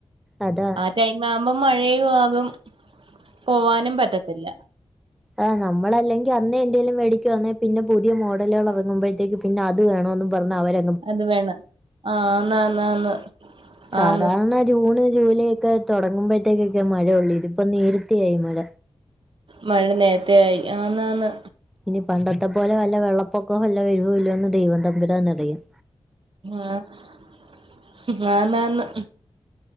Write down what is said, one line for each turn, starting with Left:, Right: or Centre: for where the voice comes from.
Centre: അതാ
Right: ടൈമാവുമ്പം മഴയുആകും പോവാനും പറ്റത്തില്ല.
Centre: ആഹ് നമ്മളല്ലെങ്കി അന്നേ എന്തേലും വേടിക്കുവാന്നേ, പിന്നെ പുതിയ മോഡലുകളെർങ്ങുമ്പയത്തേക്ക് പിന്നെ അത് വേണോന്നും പറഞ്ഞ് അവര
Right: അത് വേണം ആന്നാന്നാന്ന്
Centre: സാധാരണ
Right: ആന്ന്
Centre: ജൂണ് ജൂലൈ ഒക്കെ തുടങ്ങുമ്പോഴത്തേക്ക് മഴയോള്ളൂ ഇതിപ്പോ നേരത്തേ ആയി മഴ
Right: മഴ നേരത്ത ആയി ആന്ന് ആന്ന്
Centre: ഇനി പണ്ടത്തെ പോലെ വല്ല വെള്ളപ്പൊക്കോം വല്ലും വരുവോന്ന് ദൈവം തമ്പുരാന്നറിയാം
Right: ആഹ്‌ ആന്നാന്ന്